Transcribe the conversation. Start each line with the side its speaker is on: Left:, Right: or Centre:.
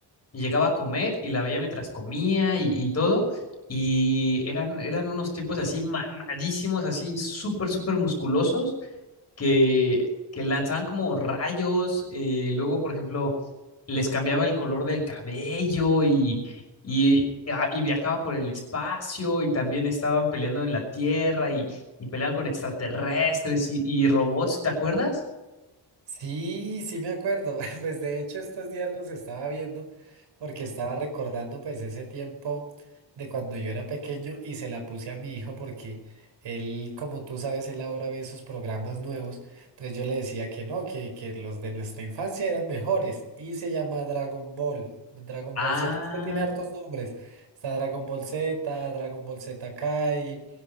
Left: llegaba a comer y la veía mientras comía y, y todo. Y eran, eran unos tipos así mamadísimos, así súper, súper musculosos que, que lanzaban como rayos, eh, luego, por ejemplo, les cambiaba el color del cabello y, y, ah, y viajaban por el espacio y también estaban peleando en la Tierra y, y peleaban con extraterrestres y, y robots, ¿te acuerdas?
Right: Sí, sí me acuerdo. <laughs> Pues de hecho estos días los estaba viendo porque estaba recordando pues ese tiempo de cuando yo era pequeño y se la puse a mi hijo porque él, como tú sabes, él ahora ve esos programas nuevos. Entonces yo le decía que no, que, que los de nuestra infancia eran mejores y se llama Dragon Ball. Dragon
Left: Ah,
Right: Ball Z, es que tiene hartos nombres. Está Dragon Ball Z, Dragon Ball Z Kai,